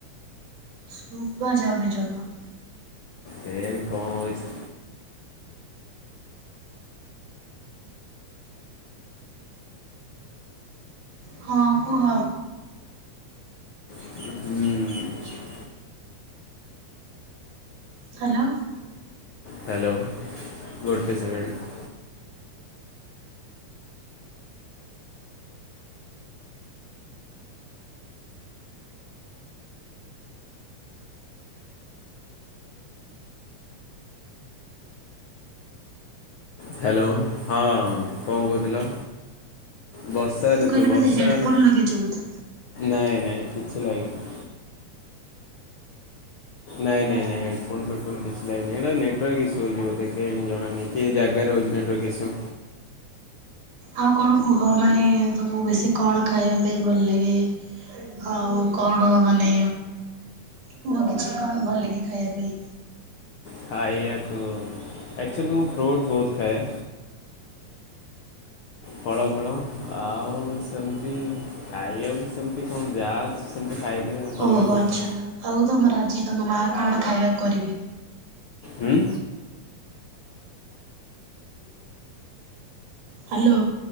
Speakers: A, on the right (about 80°); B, on the left (about 80°).
A: ଶୁବା ଯାଉନି ଜମା।
B: କେଜାଣି କଁ ହଉଛି?
A: ହଁ କୁହ।
B: ଉଁହୁଁ
A: ହାଲୋ।
B: ହ୍ୟାଲୋ, ଗୋଟେ ସେକେଣ୍ଡ। ହ୍ୟାଲୋ ହଁ କଁ କହୁଥିଲ? ବର୍ଷା
A: ମୁଁ
B: ଋତୁ,
A: କହିଲି
B: ବର୍ଷାରେ
A: ବୋଧେ ହେଡ଼ଫୋନ୍ ଲଗେଇଛ ବୋଧେ?
B: ନାଇଁ ନାଇଁ କିଛି ଲାଗିନି। ନାଇଁ ନାଇଁ
A: ଓହୋ
B: ନାଇଁ ହେଡଫୋନ ଫେଡଫୋନ୍ କିଛି ଲାଗିନି। ଏଟା ନେଟୱାର୍କ ଇସୁ ହଉଛି ବୋଧେ କେଜାଣି ଜଣାନାଇଁ। କି ଏ ଜାଗାରେ ହେଉଛି ନେଟର୍କ ଇସୁ।
A: ଆଉ କଣ କୁହ, ମାନେ ତମକୁ ବେଶୀ କଣ ଖାଇବା ପାଇଁ ଭଲ ଲାଗେ? ଆଉ କଣ ମାନେ, କୁହ କିଛି କଣ ଭଲ ଲାଗେ ଖାଇବା ପାଇଁ?
B: ଖାଇଆକୁ ଆକଚୁଆଲି ମୁଁ ଫ୍ରୁଟ ବହୁତ ଖାଏ। ଫଳ, ଫଳ ଆଉ ସେମିତି ଖାଇବାକୁ ସେମିତି କଣ ଯାହା ଅଛି ସେମିତି ଖାଇବି ଆଉ। ତମେ
A: ଓହୋ
B: କୁହ?
A: ଆଚ୍ଛା ଆଉ ତମର ଆଜି ତମ ମା କଣ ଖାଇବାକୁ କରିବେ?
B: ଉଁ?
A: ହାଲୋ।